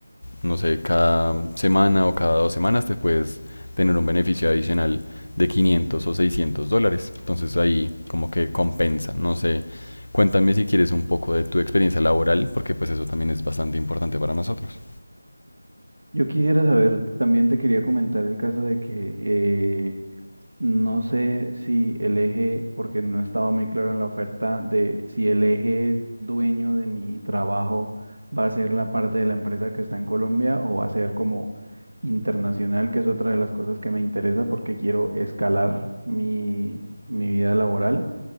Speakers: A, on the left; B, on the right.
A: no sé, cada semana o cada dos semanas te puedes tener un beneficio adicional de 500 o 600 dólares. Entonces ahí como que compensa, no sé. Cuéntame si quieres un poco de tu experiencia laboral, porque pues eso también es bastante importante para nosotros.
B: Yo quisiera saber, también te quería comentar el caso de que eh, No sé si el eje, porque no estaba muy claro en la oferta, de si el eje dueño de mi trabajo va a ser la parte de la empresa que está en Colombia o va a ser como internacional, que es otra de las cosas que me interesa porque quiero escalar mi, mi vida laboral.